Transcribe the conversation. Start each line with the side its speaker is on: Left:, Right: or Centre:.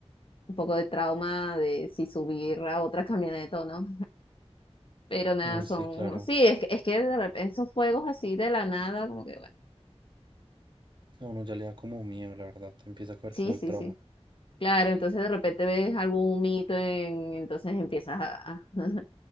Left: un poco de trauma de si subir a otra camioneta o no. Pero nada,
Right: No,
Left: son...
Right: sí, claro.
Left: Sí, es que, es que de repente esos fuegos así de la nada, como que bueno.
Right: A uno ya le da como miedo, la verdad. Te empieza a coger
Left: Sí,
Right: como el
Left: sí,
Right: trauma.
Left: sí. Claro, entonces de repente ves algún mito, en... entonces empiezas a, a, <laughs>